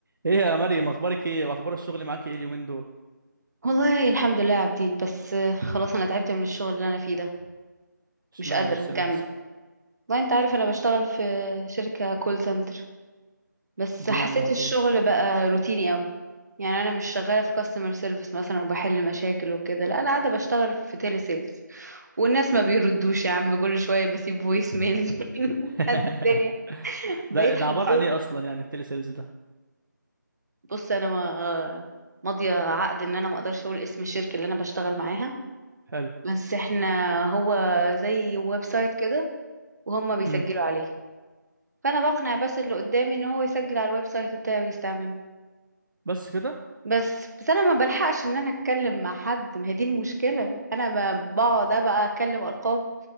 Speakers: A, on the right; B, on the right.
A: ايه يا مريم اخبارك ايه واخبار الشغل معاك ايه اليومين دول
B: والله الحمد لله يا عابدين بس آه، خلاص انا تعبت من الشغل اللي انا فيه ده
A: اشمعنى
B: مش قادره
A: بس
B: اكمل
A: ايه اللي حصل
B: والله انت عارف انا بشتغل في شركه كول سنتر بس
A: الدنيا
B: حسيت
A: عامله معاك
B: الشغل
A: ايه
B: بقى روتيني قوي يعني انا مش شغاله في كاستمر سيرفيس مثلا وبحل مشاكل وكده لا انا قاعده بشتغل في تيلي سيلز والناس ما بيردوش يا عم كل شويه بسيب فويس ميل <laughs>
A: <laughs>
B: قد الدنيا بقيت
A: ده ده
B: حافظاه
A: عباره عن ايه اصلا يعني التلي سيلز ده
B: بص انا ما ماضيه عقد ان انا ما اقدرش اقول اسم الشركه اللي انا بشتغل معاها
A: حلو
B: بس احنا هو زي ويب سايت كده وهم بيسجلوا
A: امم
B: عليه فانا بقنع بس اللي قدامي ان هو يسجل على الويب سايت بتاعي ويستعمله
A: بس كده
B: بس بس انا ما بلحقش ان انا اتكلم مع حد ما هي دي المشكله انا ب- بقعد بقى اكلم ارقام